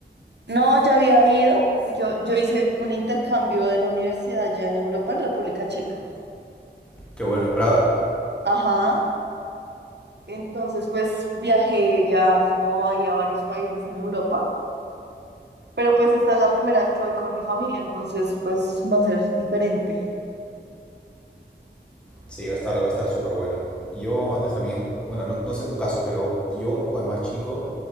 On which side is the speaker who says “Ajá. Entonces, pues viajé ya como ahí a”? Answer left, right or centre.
Right